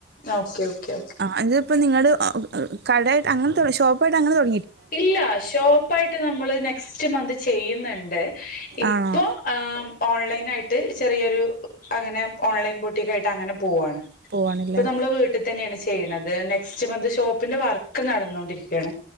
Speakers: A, on the left; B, on the right.
A: ഓക്കെ ഓക്കെ ഓക്കെ
B: ആ അതിപ്പോ നിങ്ങള് കടയാട്ട് അങ്ങൻതെ ഷോപ്പായിട്ട് അങ്ങനെ തൊ
A: ഇല്ല ഷോപ്പായിട്ട് നമ്മള് നെക്സ്റ്റ് മന്ത് ചെയ്യുന്ന്‌ണ്ട് ഇപ്പൊ
B: ആണോ
A: ആ ഓൺലൈനായിട്ട് ട്ട് ചെറിയൊരു അങ്ങനെ ഓൺലൈൻ ബോട്ടിക്കായിട്ട് അങ്ങനെ പോവാണ്
B: പോവാണല്ലേ
A: ഇപ്പൊ നമ്മള് വീട്ടിത്തന്നെയാണ് ചെയ്യണത് അത് നെക്സ്റ്റ് മന്ത് ഷോപ്പിന്റെ വർക്ക് നടന്നോണ്ടിരിക്കാണ്